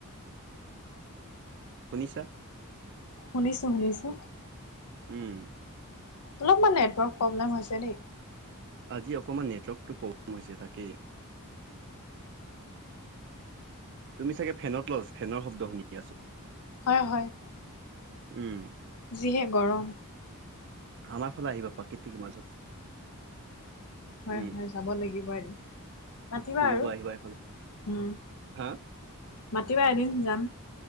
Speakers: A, on the right; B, on the left.
A: শুনিছা
B: শুনিছো শুনিছো।
A: উম।
B: অলপমান নেটৱৰ্ক প্ৰব্লেম হৈছে দেই।
A: আজি অকণমান নেটৱৰ্কটো প্ৰব্লেম হৈছে তাকে। তুমি চাগে ফেনৰ তলত, ফেনৰ শব্দ শুনি আছো।
B: হয় হয়,
A: উম
B: যিহে গৰম।
A: আমাৰ ফালে আহিবা প্ৰাকৃতিক মাজত।
B: হয়
A: উম
B: হয়। যাব লাগিব এদিন মাতিবা
A: ফুৰিব
B: আৰু
A: আহিবা এইফালে
B: উম।
A: হা
B: মাতিবা এদিন যাম।